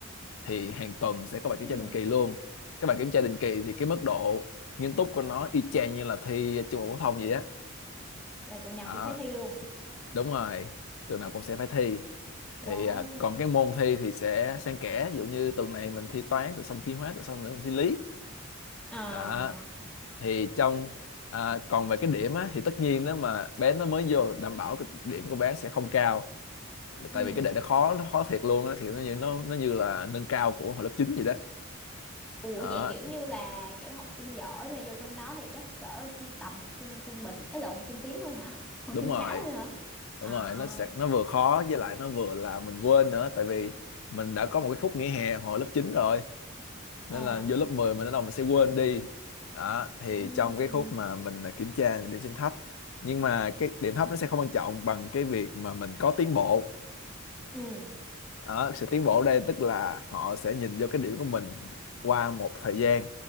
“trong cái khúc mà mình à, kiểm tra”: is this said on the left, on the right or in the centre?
Left